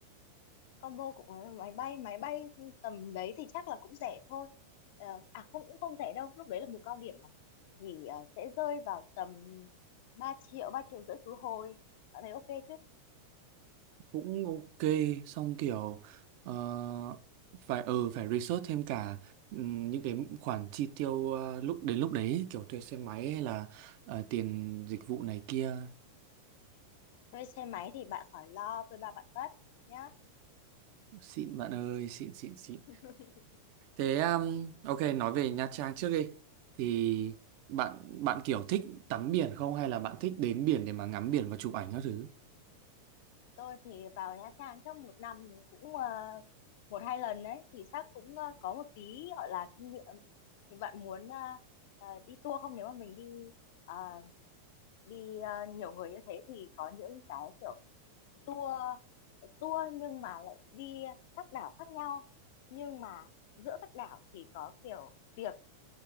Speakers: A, on the left (about 50°); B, on the right (about 45°).
A: combo của máy bay máy bay tầm đấy thì chắc là cũng rẻ thôi Ờ, à không cũng không rẻ đâu lúc đấy là mùa cao điểm mà thì ờ, sẽ rơi vào tầm ba triệu 3 triệu rưỡi khứ hồi bạn thấy ok chứ
B: cũng ok xong kiểu ờ, phải ừ phải research thêm cả ừm, những cái khoản chi tiêu ờ, lúc đến lúc đấy ấy, kiểu thuê xe máy hay là ờ, tiền dịch vụ này kia
A: thuê xe máy thì bạn khỏi lo tôi bao bạn tất nhá
B: xịn bạn ơi xịn xịn xịn
A: <laughs>
B: Thế um, ok nói về Nha Trang trước đi thì bạn bạn kiểu thích tắm biển không hay là bạn thích đến biển để mà ngắm biển và chụp ảnh các thứ?
A: tôi thì vào Nha Trang chắc một năm cũng ờ, một hai lần đấy thì chắc cũng ờ, có một tí gọi là kinh nghiệm thì bạn muốn ờ, ờ, đi tour không nếu mà mình đi ờ, đi ờ, nhiều người như thế thì có những cái kiểu tour tour nhưng mà lại đi các đảo khác nhau nhưng mà giữa các đảo thì có kiểu tiệc